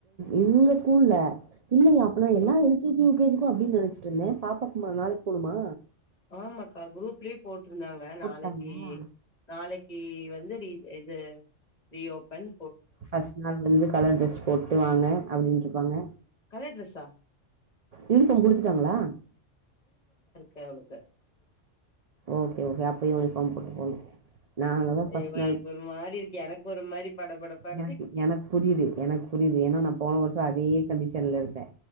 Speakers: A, on the right (about 60°); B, on the left (about 35°).
A: இவங்க ஸ்கூல்லல இல்லையா அப்பனா
B: ஏங்க
A: எல்லா L K G U K ஜிக்கு அப்டின்னு நினைச்சிட்டு இருந்தே பாப்பாகுமா நாளைக்கு போணுமா
B: ஆமா அக்கா குரூப் லே போ இருந்தாங்க
A: போட்டாங்களா
B: நாளைக்கு நாளைக்கு வந்து நீ இது ரீ ஓபன்
A: ஃபர்ஸ்ட் நாள் வந்து கலர் ட்ரெஸ் போட்டு வாங்க அப்டின்னு இருப்பாங்க
B: கலர் ட்ரெஸ்ஸா
A: யூனிபார்ம் குடுத்துட்டாங்களா
B: கேவனுக்
A: ஓகே ஓகே அப்ப கம்ஃபரட்டபல் நாங்க தான் ஃபர்ஸ்ட்
B: ஐயோ
A: நா
B: எனக்கு ஒரு மாரி இருக்கு எனக்கு ஒரு மாரி படபடப்பா இருக்கு
A: எனக்கு எனக்கு புரியுது எனக்கு புரியுது ஏன்னா நா போன வருஷோ அதே கண்டிஷன்ல இரு ஆ